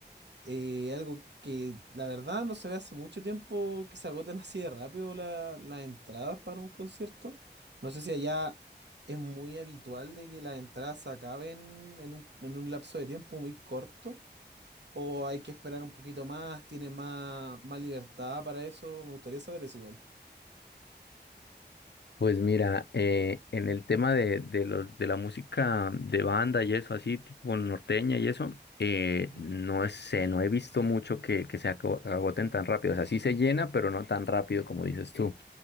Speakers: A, on the right (about 75°); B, on the left (about 70°).
A: Eh, algo que la verdad no se ve hace mucho tiempo que se agoten así de rápido la- las entradas para un concierto. No sé si allá es muy habitual de que las entradas se acaben en un, en un lapso de tiempo muy corto. ¿O hay que esperar un poquito más? ¿Tiene más, más libertad para eso? Me gustaría saber eso igual.
B: Pues mira, eh, en el tema de, de, los, de la música de banda y eso, así tipo norteña y eso, eh,
A: Ujú.
B: no sé, no he visto mucho que, que se aco- agoten tan rápido. O sea, sí se llena, pero no tan rápido como dices tú.